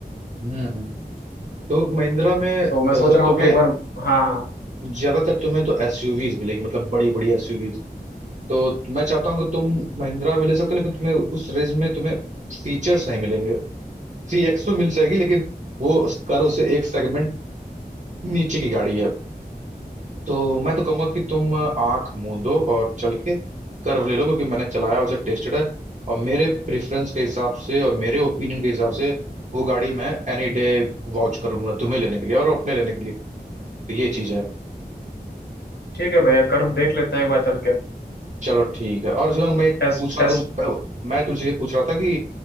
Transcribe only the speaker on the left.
तो मैं
सोच रहा
हूँ कि एक बार हाँ हाँ
ठीक है भैया कर देख लेते हैं एक बार चल के
Test
test